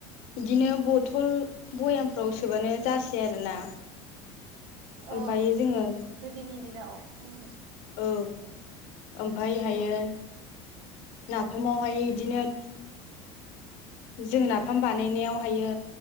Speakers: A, on the left; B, on the right.
A: बिदिनो बथल भयामफ्राव सोबानो जासै आरोना
B: औ
A: ओमफ्रायायो जोंङो
B: गोदोनि दिनाव उम
A: औ ओमफायहायो
B: औ
A: नाफामावहाय बिदिनो जों नाफाम बानायनायावहायो